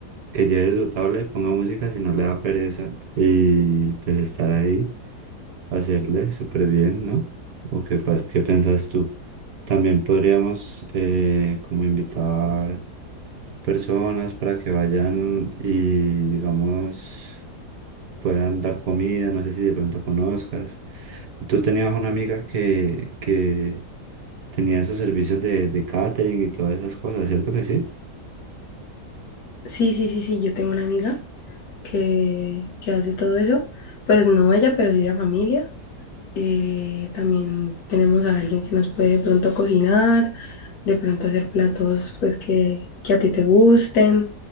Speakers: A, on the right; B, on the left.
A: que lleve su tabla y ponga música si no le da pereza y pues estar ahí. hacerle súper bien, ¿no? ¿O qué, pa- qué piensas tú? También podríamos eh, como invitar personas para que vayan y digamos puedan dar comida, no sé si de pronto conozcas. Tú tenías una amiga que, que tenía esos servicios de, de catering y todas esas cosas, ¿cierto que sí?
B: Sí, sí, sí, sí, yo tengo una amiga que, que hace todo eso. Pues no ella, pero sí la familia. Eh, también tenemos a alguien que nos puede de pronto cocinar, de pronto hacer platos pues que, que a ti te gusten.